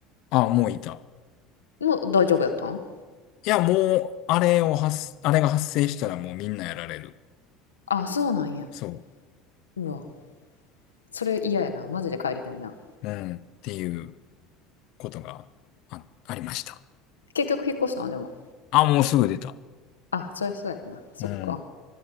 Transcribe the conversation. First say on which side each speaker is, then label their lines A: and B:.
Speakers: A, on the left; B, on the left.
A: あ、もういた。
B: もう大丈夫やったん
A: いや、もう、あれを発、あれが発生したらもうみんなやられる。
B: あ、そうなんや。
A: そ
B: うわ、それ嫌やな。マジで帰りたいな。
A: う。うん。っていうことがあ、ありました。
B: 結局引っ越したんでも。
A: あ、もうすぐ出た。
B: あ、そりゃそうやんな。そっか。
A: うん。